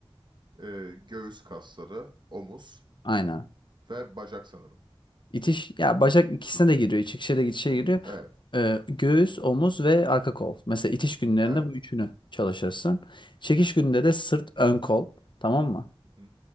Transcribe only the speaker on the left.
Aynen.
İtiş ya bacak ikisine de giriyor. İçişe de gidişe
de giriyor.
Ee, göğüs, omuz ve arka kol. Mesela itiş günlerinde
bu üçünü çalışırsın. Çekiş gününde de sırt, ön kol. Tamam mı?